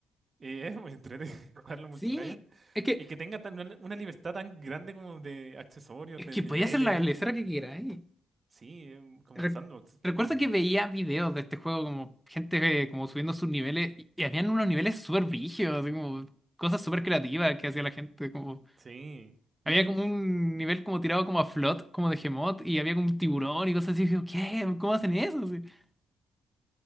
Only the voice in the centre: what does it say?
Sí, es que,
es
que
podía hacer la lesera
que quiera, ¿eh?
Re-
recuerdo
que veía videos de este juego como gente eh, como subiendo sus niveles y, y habían unos niveles súper brígidos, así como cosas súper creativas que hacía la gente, como.
Había
como un nivel como tirado como a Flood, como de Gemot, y había como un tiburón y cosas así. Y Dije, ¿qué? ¿Cómo hacen eso? Sí, <laughs>